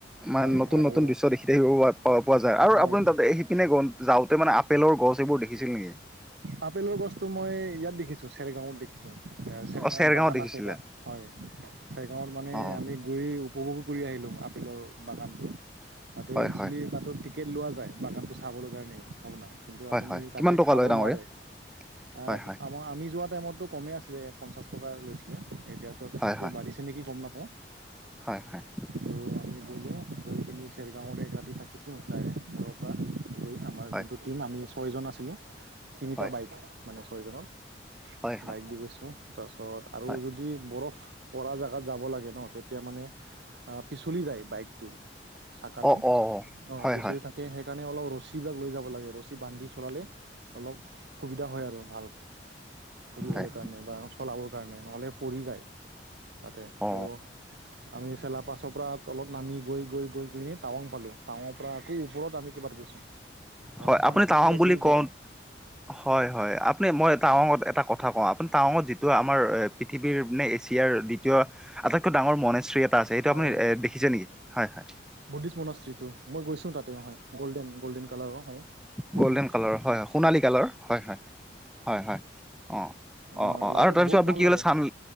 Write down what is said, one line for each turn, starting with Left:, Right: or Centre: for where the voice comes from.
Centre: মানে
Right: হয়
Centre: নতুন
Right: আৰু
Centre: নতুন দৃশ্য দেখি থাকিব প- পোৱা যায় আৰু
Right: হয়
Centre: আপুনি তাতে সিপিনে- যাওঁতে মানে আপেলৰ গছ এইবোৰ দেখিছিল নেকি?
Right: আপেলৰ গছতো মই ইয়াত দেখিছো চেৰেগাঁওত দেখিছো, এ চেৰেগাঁওত
Centre: অ চেৰগাঁও
Right: বাগান
Centre: দেখিছিলে
Right: আছে তাত। হয়, চাইগাঁৱত মানে
Centre: অ অ
Right: আমি গৈ উপভোগো কৰি আহিলো আপেলৰ বাগানটো। তাতে
Centre: হয়
Right: একচুৱেলি
Centre: হয়
Right: তাতো টিকেট লোৱা যায় বাগানতো চাবলৈ কাৰণেও আপোনাৰ। কিন্তু
Centre: হয়
Right: আপুনি
Centre: হয়
Right: তাত-
Centre: কিমান টকা
Right: খাব
Centre: লয় ডাঙৰীয়া
Right: নোৱাৰে। আহ-
Centre: হয় হয়
Right: আমাৰ আমি যোৱা টাইমতটো কমে আছিলে পঞ্চাশ টকা লৈছিলে, এতিয়াতো
Centre: হয়
Right: এতিয়া
Centre: হয়
Right: বাঢ়িছে। নেকি গম নাপাওঁ।
Centre: হয়, হয়।
Right: তো আমি গলোঁ, গৈ কিনি চেৰেগাঁওত এক ৰাতি থাকিছো ডাইৰেক্ট- পৰা লৈ। আমাৰ
Centre: হয়
Right: যোনটো টিম আমি ছয়জন আছিলোঁ। তিনিটা
Centre: হয়
Right: বাইক মানে ছয়জনত
Centre: হয় হয়
Right: বাইক দি গৈছোঁ। তাৰপিছত আৰু
Centre: হয়
Right: যদি বৰফ- পৰা জাগাত যাব লাগে ন তেতিয়া মানে আ পিছলি যায় বাইকটো- চাকাটো
Centre: অ অ অ
Right: অহ
Centre: হয়
Right: পিচলি
Centre: হয়
Right: থাকে। সেইকাৰণে অলপ ৰছীবিলাক লৈ যাব লাগে, ৰছী বান্ধি চলালে- অলপ সুবিধা হয় আৰু ভাল ফুৰিবলৈ
Centre: হয়
Right: কাৰণে বা- চলাবৰ কাৰণে নহ'লে পৰি যায়। তাতে
Centre: অ
Right: তো' আমি চেলা পাছৰ পৰা তলত নামি গৈ- গৈ -গৈ পিনি- টাৱাং পালো, টাৱাংৰ পৰা আকৌ ওপৰত আমি কিবাত গৈছোঁ
Centre: হয়
Right: চাংষ্টাৰ
Centre: আপুনি টাৱাং
Right: লেক বুলি
Centre: কওঁ
Right: কয়।
Centre: হয়, হয়। আপুনি, মই টাৱাঙত এটা কথা কওঁ আপুনি টাৱাঙত যিটো আমাৰ- পৃথিৱীৰ মানে এছিয়াৰ দ্বিতীয় আটাইতকৈ ডাঙৰ মনেশ্ৰী এটা আছে, সেইটো
Right: হয়
Centre: আপুনি এ- দেখিছে নেকি? হয়, হয়।
Right: বুদ্ধিষ্ট মনস্ত্ৰীটো, মই গৈছো তাতে। অহ, হয় গ'ল্ডেন গল্ডেন কালাৰৰ হয়। সোণ
Centre: গ'ল্ডেন কালাৰৰ হয়, সোণালী কালাৰ। হয়, হয়, হয়, হয়, অঁহ।
Right: আহ
Centre: অহ অহ
Right: লাগে
Centre: আৰু তাৰপিছত
Right: বহুত
Centre: আপুনি
Right: ভাল
Centre: কি
Right: লাগে
Centre: ক'লে চান